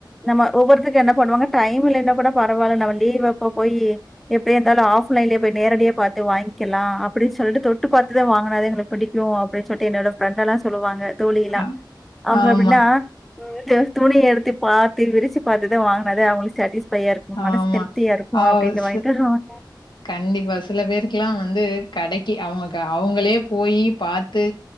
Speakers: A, in the centre; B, on the left (about 70°).
A: நம்ம ஒவ்வொருத்துக் என்ன பண்ணுவாங்க டைம் இல்லைனா கூட பரவால்ல நம்ம லீவப்ப போயி எப்டியாருந்தாலு ஆஃப்லைன்லயே போய் நேரடியா பாத்து வாங்க்கிலா அப்டின் சொல்ட்டு தொட்டு பாத்துதா வாங்கினாதா எங்களுக் புடிக்கு அப்டின் சொல்ட்டு என்னோட ஃப்ரெண்டெல்லா சொல்லுவாங்க தோழிலா
B: அ
A: அவுங்க
B: ஆமா,
A: எப்டினா இந்த துணி எடுத்து பாத்து விரிச்சு பாத்துதா வாங்குனாதா அவுங்களுக் சாட்டிஸ்ஃபையா இருக் கு
B: ஆமா.
A: மனசு திருப்தியா இருக்கு
B: அ
A: அப்டின்டு
B: சி
A: வாங்கிட்டு வருவாங்க
B: கண்டிப்பா சில பேருக்ல்லா வந்து கடைக்கு அவுங்க அவுங்களே போயி பாத்து